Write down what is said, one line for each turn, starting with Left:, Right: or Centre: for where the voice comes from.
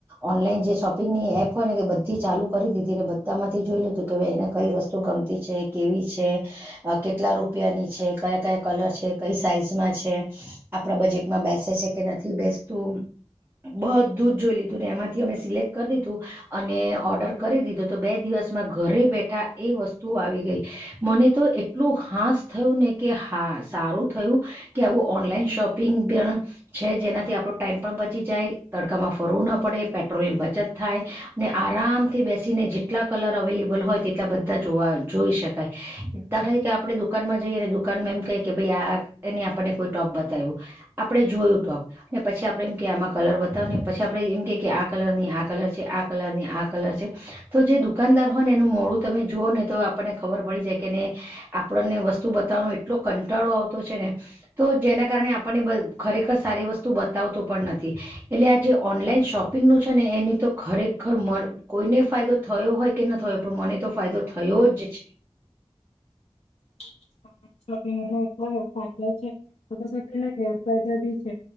Right: ઓનલાઈન જે શોપિંગની એપ હોય ને એ બધી ચાલુ કરી દીધી ને બધામાંથી જોય લીધું કે ભાઈ એને કઈ વસ્તુ ગમતી છે. કેવી છે, કેટલા રૂપિયાની છે, કયા કયા કલર છે, કઈ સાઈઝમાં છે, આપડા બજેટમાં બેસે છે કે નથી બેસતું, બધું જ જોઈ લીધુંને એમાંથી અમે સિલેક્ટ કરી દીધું અને ઓર્ડર કરી દીધો તો બે દિવસમાં ઘરે બેઠા એ વસ્તુ આવી ગઈ. મને તો એટલું હાસ થયું ને કે હા સારું થયું કે આવું ઓનલાઈન શોપિંગ પણ છે. જેનાથી આપણો ટાઈમ પણ બચી જાય, તડકામાં ફરવું ના પડે, પેટ્રોલ ની બચત થાય, ને આરામથી બેસીને જેટલા કલર અવેલેબલ હોય તેટલા બધા જોવા જોઈ શક કાય દાખલા તરીકે આપણે દુકાનમાં જઈએ ને દુકાનમાં એમ કઈ કે ભાઈ આ એને આપણને કોઈ ટોપ બતાવ્યું આપણે જોયું ટોપ ને પછી આપડે એમ કહીએ કે આમાં કલર બતાવને પછી આપડે એમ કે કે આ કલર ની આ કલર છે આ કલર ની આ કલર છે તો જે દુકાનદાર હોય ને એનું મોડું તમે જુઓ ને તો આપણને ખબર પડી જાય કે ને આપણને વસ્તુ બતાવવાનો એટલો કંટાળો આવતો છે ને તો જેના કારણે આપણને ખરેખર સારી વસ્તુ બતાવતો પણ નથી. એટલે આ જે ઓનલાઈન શોપિંગ નું છે ને એની તો ખરેખર મ કોઈને ફાયદો થયો હોય કે ન થયો પણ મને તો ફાયદો થયો જ છે.
Left: <inaudible> પણ તેના ગેરફાયદા બી છે